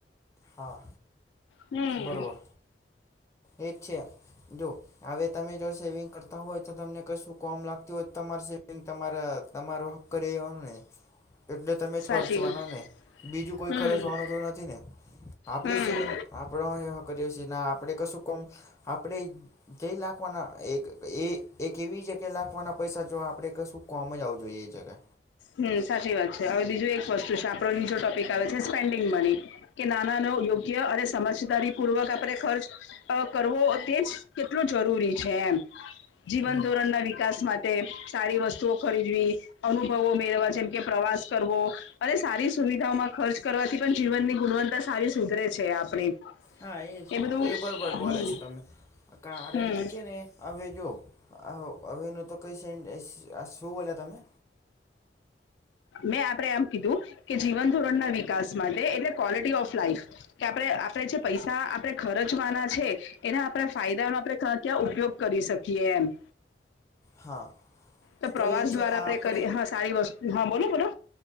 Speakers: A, on the left (about 15°); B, on the left (about 80°).
A: હા
B: હમ
A: બરાબર એ જ છે જો. હવે તમે જો સેવિંગ કરતા હોય તો તમને કશું કોમ લાગતું હોય તમાર સેવિંગ તમારા તમારો. કરી લેવાનું ને એટલે તમે જ
B: સાચી
A: ખર્ચવાના
B: વાત
A: ને બીજું કોઈ
B: હમ
A: ખર્ચવાનું તો નથી ને. આપડી
B: હમ
A: સેવિંગ આપણો એ કર્યો છે આપણે કશું કોમ આપણે જે લખવાના એક એ એક એવી જગ્યાએ નાખવાના પૈસા જો આપણે કે શું કોમ જ આવું જોઈએ એ જગ્યાએ
B: હમ સાચી વાત છે હવે બીજું એક વસ્તુ છે આપણો બીજો ટોપિક આવે છે સ્પેન્ડિંગ મની. કે નાના નો યોગ્ય અને સમજદારી પૂર્વક આપણો ખર્ચ અ કરવો તેજ કેટલો જરૂરી છે એમ. જીવન
A: હમ
B: ધોરણ ના વિકાસ માટે સારી વસ્તુઓ ખરીદવી. મેળવા જેમ કે પ્રવાસ કરવો, અને સારી સુવિધાઓમાં ખર્ચ કરવાથી પણ જીવનની ગુણવતા સારી સુધરે છે આપણી.
A: હા એ જ
B: બધું
A: એ બરાબર
B: હમ
A: બોલે છે તમે, કારણ
B: હમ
A: કે છે ને હવેે જોવો હવેનું તો કઈ શું બોલા તમે?
B: મેં આપણે એમ કીધું, કે જીવન ધોરણ ના વિકાસ માટે એટલે ક્વોલિટી ઓફ લાઈફ. કે આપણે આપણે જે પૈસા આપણેે ખર્ચવાના છે. એના આપણે ફાયદાનો આપણે ક્યાં ક્યાં ઉપયોગ કરી શકીએ એમ.
A: હા.
B: તો પ્રવાસ
A: એ છે
B: દ્વારા
A: ને આપણે
B: આપડે કરી હા સારી વસ્તુ હા બોલો બોલો.